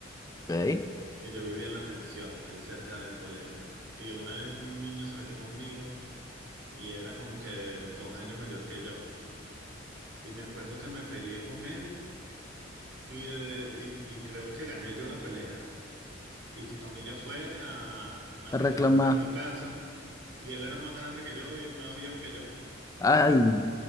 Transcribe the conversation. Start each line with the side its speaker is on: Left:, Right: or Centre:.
Left: Ok.
Right: Y yo vivía en la Ascensión, ahí cerca del colegio. Y una vez un niño se metió conmigo y era como que dos años mayor que yo. Y me acuerdo que me peleé con él y, de- y, y creo que gané yo la pelea. Y su familia fue a, a
Left: A
Right: reclamar
Left: reclamar.
Right: a mi casa. Y él era más grande que yo y más viejo que yo.
Left: Ay,